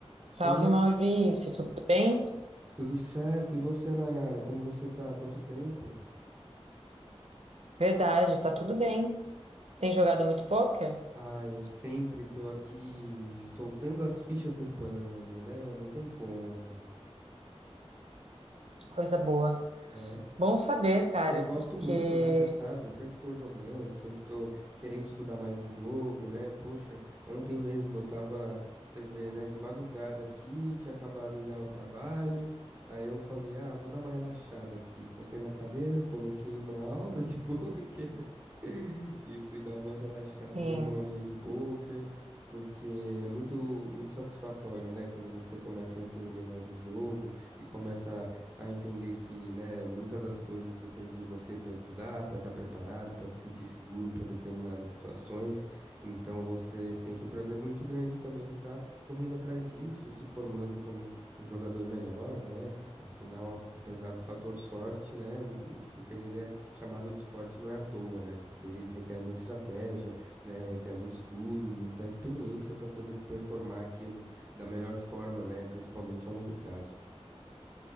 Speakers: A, on the right; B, on the right.
A: Salve
B: Oi, né?
A: Maurício, tudo bem?
B: Tudo certo? E você, Nayara? Como você tá? Quanto tempo?
A: Verdade, tá tudo bem. Tem jogado muito pôquer?
B: Ah, eu sempre tô aqui soltando as fichas no pano, né? Não tem como.
A: Coisa boa.
B: É,
A: Bom saber, cara,
B: Eu gosto
A: porque
B: muito, né? Você sabe, eu sempre tô jogando, sempre tô querendo estudar mais do jogo, né? Poxa, ontem mesmo eu tava, você vê, né, de madrugada aqui, tinha acabado já o trabalho. Aí eu falei, ah, vou dar uma relaxada aqui. Encostei na cadeira, coloquei uma aula de <laughs> poker <laughs> e fui dar uma relaxada
A: sim,
B: vendo uma aulinha de poker, porque é muito, muito satisfatório, né? Quando você começa a entender mais do jogo e começa a entender que, né, muitas das coisas depende de você para estudar, para estar preparado, para se sentir seguro para determinadas situações. Então você sente um prazer muito grande também de estar correndo atrás disso, se formando como um jogador melhor, né? Afinal, a- apesar do fator sorte, né, o, o poker ele é chamado de esporte não é à toa, né? Porque ele requer muita estratégia, né? Requer muito estudo, muita experiência para poder performar aquilo da melhor forma, né? Principalmente a longo prazo.